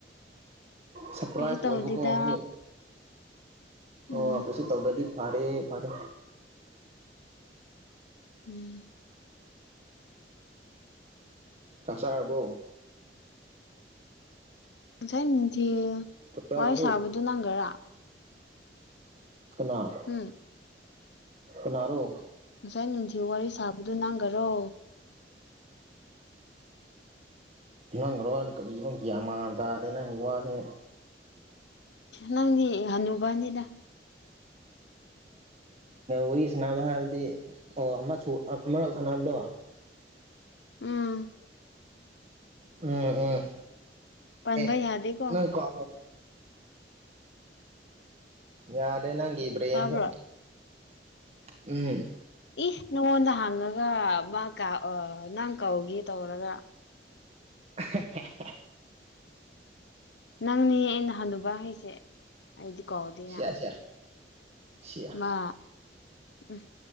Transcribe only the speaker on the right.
ꯁꯔꯄ꯭ꯔꯥꯏꯖ
ꯑꯣꯏꯕꯀꯣ ꯉꯁꯤ
ꯑꯣ ꯀꯩꯁꯨ ꯇꯧꯗ꯭ꯔꯗꯤ ꯐꯔꯦ ꯐꯔꯦ
ꯆꯥꯛ ꯆꯥꯔꯕꯣ
ꯆꯥꯛ ꯆꯥꯔꯕꯣ
ꯎꯅꯥ
ꯀꯅꯔꯣ
ꯅꯪꯒꯔꯣ ꯋꯥꯗ ꯀꯔꯤꯒꯤꯅꯣ ꯒ꯭ꯌꯥꯟ ꯃꯥꯡꯥꯟꯕ ꯇꯥꯔꯦ ꯅꯪꯒꯤ ꯋꯥꯁꯦ
ꯎꯔꯤ ꯁꯅꯥꯗꯗꯤ ꯑꯣ ꯑꯃꯁꯨ ꯃꯔꯛ ꯁꯅꯥꯝꯗꯣ
ꯎꯝ ꯎꯝ
ꯑꯦ
ꯅꯪ ꯀ ꯌꯥꯗꯦ ꯅꯪꯒꯤ ꯕ꯭ꯔꯦꯦꯟꯁꯨ
ꯎꯝ
ꯁꯦ
ꯁꯤꯌꯥ ꯁꯤꯌꯥ ꯁꯤꯌꯥ